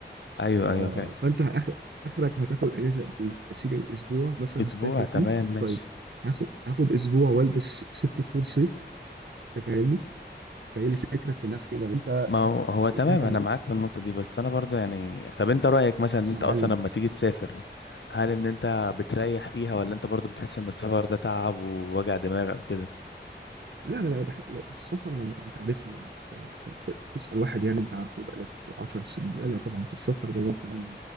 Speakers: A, on the left; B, on the right.
A: ايوه
B: ف...
A: ايوه فعلا
B: فانت آخر... اخرك هتاخد اجازه قد ايه يا سيدي اسبوع مثلا
A: اسبوع
B: هتسافر
A: تمام
B: فيه
A: ماشي
B: طيب هاخد هاخد اسبوع والبس ست شهور صيف انت فاهمني فهي الفكره كلها في كده انت
A: ما هو هو تمام
B: انت
A: انا
B: لما
A: معاك في النقطه دي بس انا برضو يعني طب انت رايك مثلا
B: بص
A: ان انت
B: يا معلم
A: اصلا لما تيجي تسافر هل ان انت بتريح فيها ولا انت برضو بتحس ان السفر ده تعب ووجع دماغ او كده
B: لا لا لا, بح... لا في السفر انا انت عارفني يعني انت أنت تسال واحد يعني انت عارفه بقالك 10 سنين لا لا طبعا في السفر دوت انا